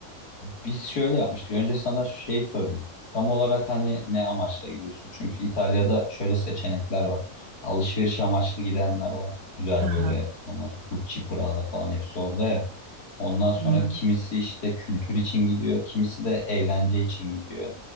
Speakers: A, on the left; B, on the right.
A: biz şöyle yapmıştık. Önce sana şeyi sorayım. Tam olarak hani ne amaçla gidiyorsun? Çünkü İtalya'da şöyle seçenekler var. Alışveriş amaçlı gidenler var. Güzel
B: Hı hı.
A: böyle olmaz. Gucci, Prada falan hepsi orada ya. Ondan sonra
B: Hı hı.
A: kimisi işte kültür için gidiyor. Kimisi de eğlence için gidiyor.